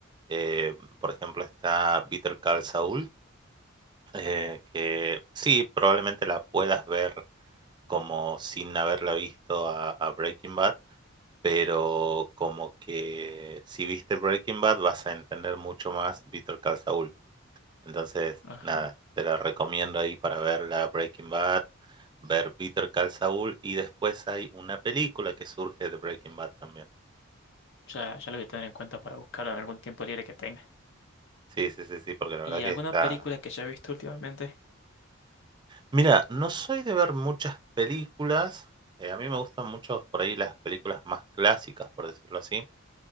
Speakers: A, on the right (about 20°); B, on the left (about 60°).
A: Eh, por ejemplo, está Bitter Call Saul, eh, que sí, probablemente la puedas ver como sin haberla visto a, a Breaking Bad, pero como que si viste Breaking Bad vas a entender mucho más Better Call Saul. Entonces,
B: Ajá.
A: nada, te la recomiendo ahí para ver la Breaking Bad, ver Better Call Saul y después hay una película que surge de Breaking Bad también.
B: Ya, ya lo voy a tener en cuenta para buscarla en algún tiempo libre que tenga.
A: Sí, sí, sí, sí, porque la
B: ¿Y
A: verdad que
B: alguna
A: está...
B: película que haya visto últimamente?
A: Mira, no soy de ver muchas películas. eh, a mí me gustan mucho por ahí las películas más clásicas, por decirlo así.